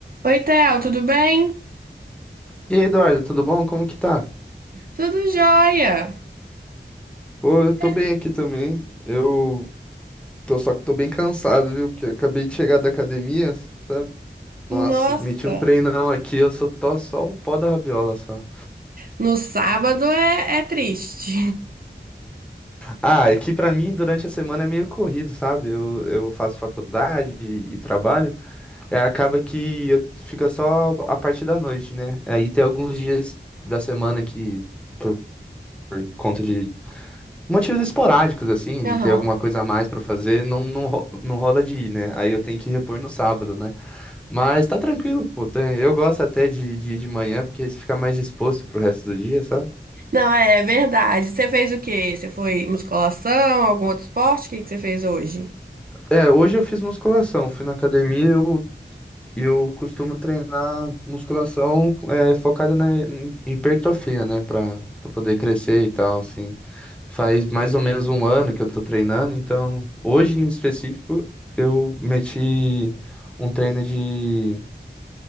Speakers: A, on the right; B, in the centre.
A: Oi, Theo, tudo bem?
B: E aí, Eduardo, tudo bom? Como que tá?
A: Tudo jóia.
B: Pô, eu tô
A: É,
B: bem aqui também. Eu tô só que tô bem cansado, viu? Porque eu acabei de chegar da academia, sabe? Nossa,
A: Nossa,
B: meti um treinão aqui, eu só tô só o pó da rabiola só.
A: no sábado é, é triste.
B: Ah, é que pra mim durante a semana é meio corrido, sabe? Eu, eu faço faculdade e, e trabalho. É, acaba que eu- fica só a parte da noite, né? Aí tem alguns dias da semana que, por conta de Motivos esporádicos, assim,
A: <laughs>
B: de
A: Aham.
B: ter alguma coisa a mais pra fazer, não, não, ro- não rola de ir, né? Aí eu tenho que repor no sábado, né? Mas tá tranquilo, pô. tem- Eu gosto até de, de ir de manhã, porque você fica mais disposto pro resto do dia, sabe?
A: Não, é é verdade. Você fez o quê? Você foi musculação, algum outro esporte? O que que você fez hoje?
B: É, hoje eu fiz musculação, fui na academia, eu Eu costumo treinar musculação é, focada na hi- hipertrofia, né? Pra, pra poder crescer e tal, assim. Faz mais ou menos um ano que eu tô treinando, então hoje em específico eu meti um treino de,